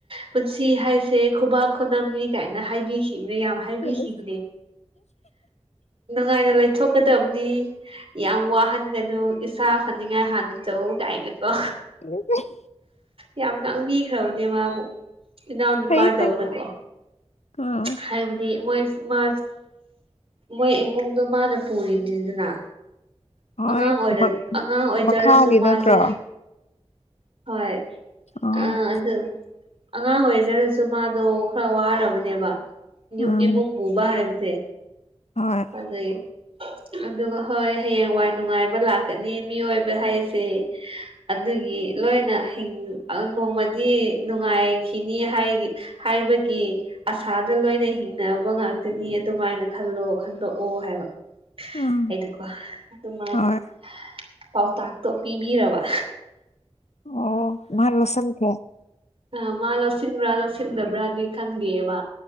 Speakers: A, on the right; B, on the left.
A: ꯄꯨꯟꯁꯤ ꯍꯥꯏꯁꯦ ꯈꯨꯕꯥꯛ ꯈꯨꯅꯝꯅꯤ ꯀꯥꯏꯅ ꯍꯥꯏꯕꯤꯈꯤꯝꯅꯤ ꯌꯥꯝ ꯍꯥꯏꯕꯤꯈꯤꯕꯅꯦ
B: ꯎꯝ
A: ꯅꯨꯡꯉꯥꯏꯅ ꯂꯩꯊꯣꯛꯀꯗꯝꯅꯤ ꯌꯥꯝ ꯋꯥꯍꯟꯒꯅꯨ ꯏꯁꯥ ꯐꯅꯤꯡꯉꯥꯏ ꯍꯥꯟꯅ ꯇꯧ ꯀꯥꯏꯅꯀꯣ
B: <unintelligible>
A: ꯌꯥꯝ ꯉꯥꯡꯕꯤꯈ꯭ꯔꯕꯅꯦ ꯃꯥꯕꯨ ꯏꯅꯥꯎꯅꯨꯄꯥꯗꯧꯅꯀꯣ
B: ꯐꯩ ꯐꯩ ꯎꯝ
A: ꯍꯥꯏꯕꯗꯤ ꯃꯣꯏꯁ ꯃꯥ ꯃꯣꯏ ꯏꯃꯨꯡꯗꯨ ꯃꯥꯅ ꯄꯨꯔꯤꯝꯅꯤꯗꯅ
B: ꯍꯣꯏ
A: ꯑꯉꯥꯡ ꯑꯣꯏꯔ
B: ꯃꯛ
A: ꯑꯉꯥꯡ ꯑꯣꯏꯖꯔꯁꯨ
B: ꯃꯈꯥꯒꯤ
A: ꯃꯥꯁꯦ
B: ꯅꯠꯇ꯭ꯔꯣ
A: ꯍꯣꯏ
B: ꯑꯥ
A: ꯑ ꯑꯗꯨ ꯑꯉꯥꯡ ꯑꯣꯏꯖꯔꯁꯨ ꯃꯥꯗꯣ ꯈꯔ ꯋꯥꯔꯕꯅꯦꯕ
B: ꯎꯝ
A: ꯏꯃꯨꯡ ꯄꯨꯕ ꯍꯥꯏꯕꯖꯦ
B: ꯍꯣꯏ
A: ꯑꯗꯨꯏ ꯑꯗꯨꯒ ꯍꯣꯏ ꯍꯌꯦꯡꯋꯥꯏ ꯅꯨꯡꯉꯥꯏꯕ ꯂꯥꯛꯀꯅꯤ ꯃꯤꯑꯣꯏꯕ ꯍꯥꯏꯁꯦ ꯑꯗꯨꯒꯤ ꯂꯣꯏꯅ ꯍꯤꯡ ꯅꯣꯡꯃꯗꯤ ꯅꯨꯡꯉꯥꯏꯈꯤꯅꯤ ꯍꯥꯏꯒꯤ ꯍꯥꯏꯕꯒꯤ ꯑꯁꯥꯗ ꯂꯣꯏꯅ ꯍꯤꯡꯅꯕ ꯉꯥꯛꯇꯅꯤ ꯑꯗꯨꯃꯥꯏꯅ ꯈꯜꯂꯣ ꯈꯟꯗꯣꯛꯑꯣ ꯍꯥꯏꯕ
B: ꯎꯝ
A: ꯑꯩꯅꯀꯣ ꯑꯗꯨꯃꯥꯏꯅ
B: ꯍꯣꯏ
A: ꯄꯥꯎꯇꯥꯛꯇꯣ ꯄꯤꯕꯤꯔꯕ
B: ꯑꯣ ꯃꯥꯥꯂꯣꯁꯟ ꯈ꯭ꯔꯦ
A: ꯑꯥ ꯃꯥ ꯂꯧꯁꯤꯟꯕ꯭ꯔꯥ ꯂꯧꯁꯤꯟꯗꯕ꯭ꯔꯥꯗꯤ ꯈꯪꯗꯦꯕ